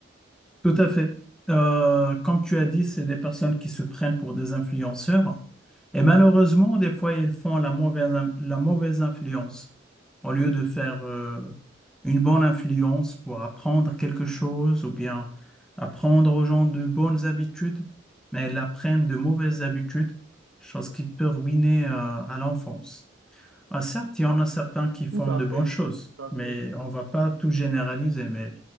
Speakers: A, in the centre; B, on the right.
A: Tout à fait. Euh, comme tu as dit, c'est des personnes qui se prennent pour des influenceurs. Et malheureusement, des fois, ils font la mauvaise, in- la mauvaise influence. Au lieu de faire euh, une bonne influence pour apprendre quelque chose ou bien apprendre aux gens de bonnes habitudes, mais ils apprennent de mauvaises habitudes, chose qui peut ruiner euh, à l'enfance. Ah, certes, il y en a certains qui font
B: Tout à
A: de
B: fait,
A: bonnes choses,
B: tout à
A: mais
B: fait.
A: on va pas tout généraliser. Mais